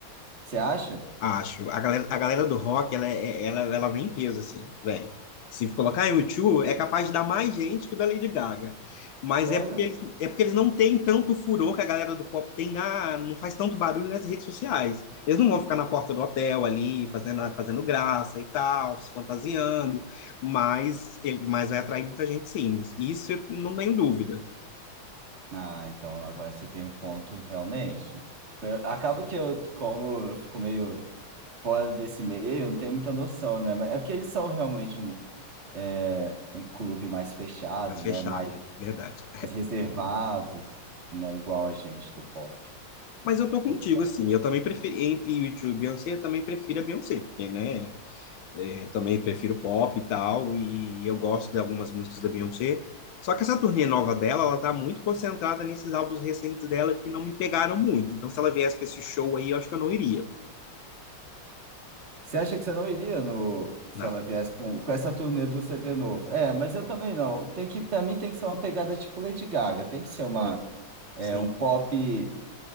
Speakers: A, on the right; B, on the left.
A: Você acha?
B: Acho. A galera, a galera do rock, ela, é- é, ela, ela vem em peso, assim, vem. Se colocar U2, é capaz de dar mais gente que o da Lady Gaga. Mas
A: Olha.
B: é porque
A: só.
B: eles, é porque eles não têm tanto furor que a galera do pop tem na, não faz tanto barulho nas redes sociais. Eles não vão ficar na porta do hotel ali, fazendo, a- fazendo graça e tal, se fantasiando, mas, ele, mas vai atrair muita gente, sim. Isso eu não tenho dúvida.
A: Ah, então agora você tem um ponto realmente. Tipo, eu- acaba que eu, como eu fico meio fora desse meio, eu não tenho muita noção, né? Mas é porque eles são realmente um é, um clube mais fechado,
B: Mas fechado,
A: né? Mais,
B: é verdade.
A: mais reservado, tipo, não é igual a gente do pop.
B: Mas eu tô
A: Que-
B: contigo, assim. Eu também prefiro, entre YouTube e Beyoncé, eu também prefiro a Beyoncé, porque, né? É, também prefiro pop e tal, e eu gosto de algumas músicas da Beyoncé. Só que essa turnê nova dela, ela tá muito concentrada nesses álbuns recentes dela que não me pegaram muito. Então, se ela viesse com esse show aí, eu acho que eu não iria.
A: você acha que você não iria no, se
B: Não,
A: ela viesse com, com essa turnê do CD novo? É, mas eu também não. Tem que, para mim tem que ser uma pegada tipo Lady Gaga, tem que ser uma é,
B: sim.
A: um pop,